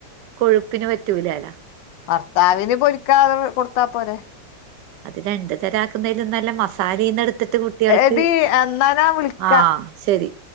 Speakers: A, on the right; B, on the left.
A: കൊഴുപ്പിന് പറ്റൂലല്ല
B: ഭർത്താവിന് പൊരിക്കാതെ കൊട്ത്താ പോരെ.
A: അത് രണ്ട് തരാക്കുന്നയ്ലും നല്ല മസാലയ്ന്ന്ട്ത്ത് ത്ത് കുട്ട്യെൾക്ക്
B: എടി എന്നാ ഞാൻ വിളിക്കാ
A: ആഹ് ശെരി.